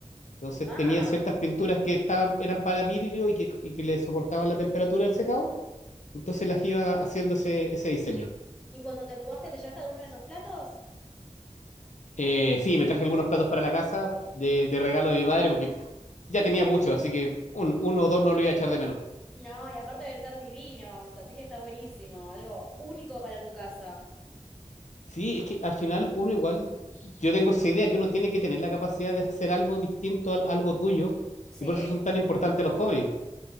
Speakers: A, on the left; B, in the centre.
A: Entonces
B: Wow.
A: tenía ciertas pinturas que estaban, eran para vidrio y que, y que le soportaban la temperatura del secado. Entonces las iba haciendo ese, ese diseño.
B: ¿Y cuando te mudaste te llevaste alguno de esos platos?
A: Eh, sí, me traje algunos platos para la casa de, de regalo de mi madre porque ya tenía muchos, así que un, uno o dos no lo iba a echar de menos.
B: No, y aparte deben ser divinos, así que está buenísimo, algo único para tu casa.
A: Sí, es que al final uno igual, yo tengo esa idea que uno tiene que tener la capacidad de hacer algo distinto a algo tuyo
B: Sí,
A: y por eso son tan importantes los hobbies.